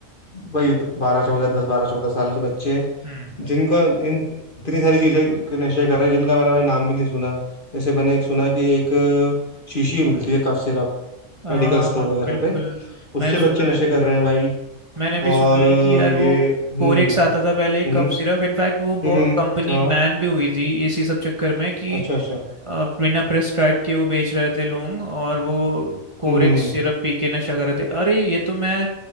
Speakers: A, on the left; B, on the right.
A: वही बारह चौदह दस बारह चौदह साल के बच्चे
B: हम्म
A: जिनका इन इतनी सारी चीज़ें के नशे कर रहे हैं जिनका मैंने भाई नाम भी नहीं सुना जैसे मैंने एक सुना कि एक शीशी मिलती है कफ सिरप
B: हाँ
A: मेडिकल स्टोर वगैरह
B: बिल्कुल
A: पे उससे
B: मैंने सुना
A: बच्चे नशे
B: है
A: कर रहे हैं भाई
B: मैंने भी सुना
A: और
B: है कि यार वो
A: ये हम्म
B: कोरेक्स आता था पहले
A: हम्म
B: कफ सिरप इनफैक्ट वो
A: हम्म
B: कंपनी
A: हाँ
B: बैन भी हुई थी इसी सब चक्कर में कि
A: अच्छा अच्छा
B: अ, बिना प्रेस्क्राइब के वो बेच रहे थे लोग और वो कोरेक
A: हम्म
B: सिरप पी के नशा कर रहे थे अरे ये तो मैं